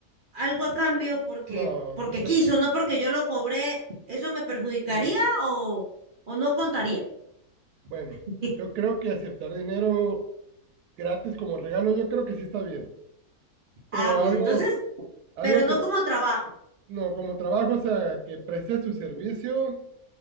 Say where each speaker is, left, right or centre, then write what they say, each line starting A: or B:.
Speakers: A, on the right; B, on the right.
A: algo a cambio porque,
B: No,
A: porque
B: no te...
A: quiso, no porque yo lo cobré, ¿eso me perjudicaría
B: mm,
A: o, o no contaría?
B: Bueno,
A: <laughs>
B: yo creo que aceptar dinero gratis como regalo, yo creo que sí está bien, pero
A: Ah, pues
B: algo,
A: entonces,
B: algo
A: pero no
B: que
A: como trabajo.
B: No, como trabajo, o sea, que prestes tu servicio